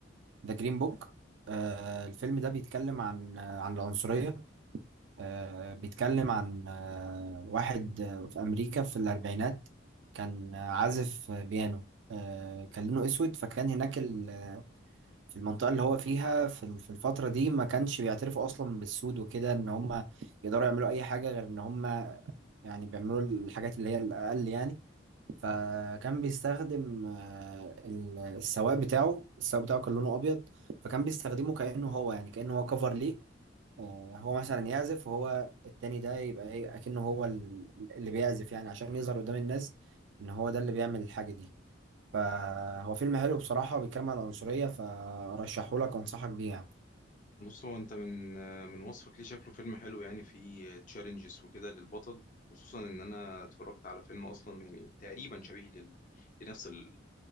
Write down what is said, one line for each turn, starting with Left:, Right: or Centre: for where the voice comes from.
Right: ذا جرين بوك آه The Green Book. آه، الفيلم ده بيتكلم عن آه عن العنصرية آه بيتكلم عن آه واحد آه في امريكا في الاربعينات كان آه، عازف آه، بيانو آه كان لونه اسود فكان هناك ال- في المنطقة اللي هو فيها في ال- في الفترة دي ما كانش بيعترفوا اصلا بالسود وكده ان هم يقدروا يعملوا اي حاجة غير ان هم يعني بيعملوا الحاجات اللي هي الاقل يعني فكان بيستخدم آه، ال- السواق بتاعه السواق بتاعه كان لونه ابيض فكان بيستخدمه كانه هو يعني كانه هو كفر ليه آه، هو مثلا يعزف وهو التاني ده يبقى ايه اكنه هو ال- اللي بيعزف يعني عشان يظهر قدام الناس ان هو ده اللي بيعمل الحاجه دي فهو فيلم حلو بصراحه بيتكلم عن العنصريه فرشحه لك وانصحك بيه يعني
Left: بص هو انت من من وصفك ليه شكله فيلم حلو يعني فيه تشالنجز وكده للبطل خصوصا ان انا اتفرجت على فيلم اصلا يعني تقريبا شبيه لل... لنفس ال-